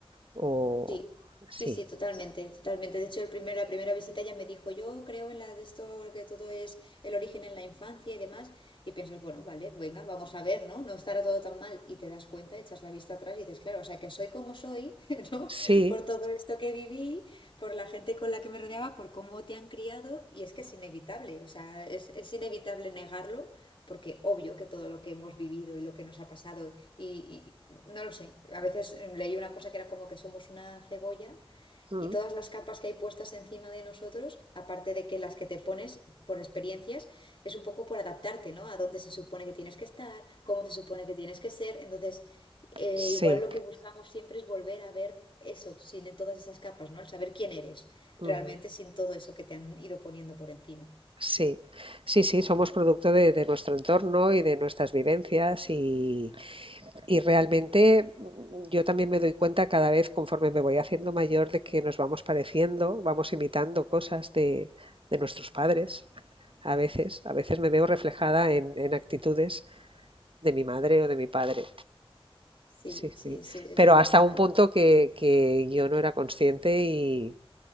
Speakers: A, on the right; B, on the left.
A: o
B: Sí,
A: sí.
B: sí, sí, totalmente, totalmente. De hecho, el primer, la primera visita ya me dijo, yo creo en la de esto, que todo es el origen en la infancia y demás. Y piensas, bueno, vale, venga, vamos a ver, ¿no? No estará todo tan mal. Y te das cuenta, echas la vista atrás y dices, claro, o sea, que soy como soy, <laughs> ¿no?
A: Sí,
B: Por todo esto que viví, por la gente con la que me rodeaba, por cómo te han criado. Y es que es inevitable, o sea, es, es inevitable negarlo porque obvio que todo lo que hemos vivido y lo que nos ha pasado, y, y no lo sé, a veces leí una cosa que era como que somos una cebolla
A: Mm,
B: y todas las capas que hay puestas encima de nosotros, aparte de que las que te pones por experiencias, es un poco por adaptarte, ¿no? A dónde se supone que tienes que estar, cómo se supone que tienes que ser. Entonces, eh,
A: Sí,
B: igual lo que buscamos siempre es volver a ver eso, sin todas esas capas, ¿no? El saber quién eres
A: ujú.
B: realmente sin todo eso que te han ido poniendo por encima.
A: sí, sí, sí, somos producto de, de nuestro entorno y de nuestras vivencias y, y realmente mm, yo también me doy cuenta cada vez conforme me voy haciendo mayor de que nos vamos pareciendo, vamos imitando cosas de, de nuestros padres. A veces, a veces me veo reflejada en, en actitudes de mi madre o de mi padre.
B: Sí,
A: Sí, sí.
B: sí, es inevitable.
A: Pero hasta un punto que, que yo no era consciente Y